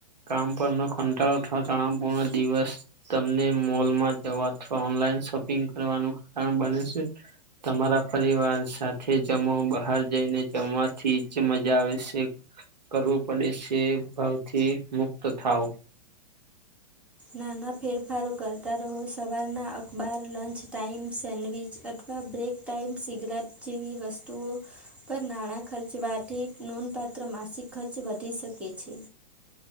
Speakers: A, on the right (about 80°); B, in the centre.
A: કામ પરનો કંટાળો અથવા તણાવપૂર્ણ દિવસ તમને મોલમાં જવા અથવા ઓનલાઈન શોપિંગ કરવાનું કારણ બને છે તમારા પરિવાર સાથે જમો બહાર જઈને જમવાથી જ મજા આવે છે કરવું પડે છે ભાવથી મુક્ત થાવ
B: નાના ફેરફારો કરતા રહો સવારના અખબાર લંચ ટાાઈમ સેન્ડવિચ અથવા બ્રેક ટાઈમ સિગરેટ જેવી વસ્તુઓ પર નાણાં ખર્ચવાથી નોંધપાત્ર માસિક ખર્ચ વધી શકે છે